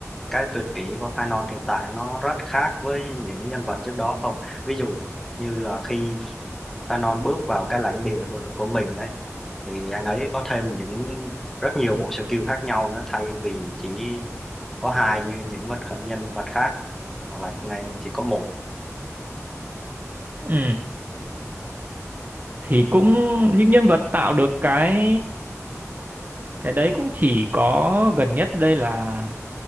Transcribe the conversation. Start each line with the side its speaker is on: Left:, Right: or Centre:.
Centre: cái tuyệt kỹ của Canon hiện tại nó rất khác với những nhân vật trước đó không? Ví dụ như là khi Canon bước vào cái lãnh địa của, của mình ấy thì anh ấy có thêm những rất nhiều bộ skill khác nhau nữa thay vì chỉ có hai như những vật khởi nhân vật khác hoặc là ngày chỉ có một
Right: ừ thì cũng những nhân vật tạo được cái cái đấy cũng chỉ có gần nhất đây là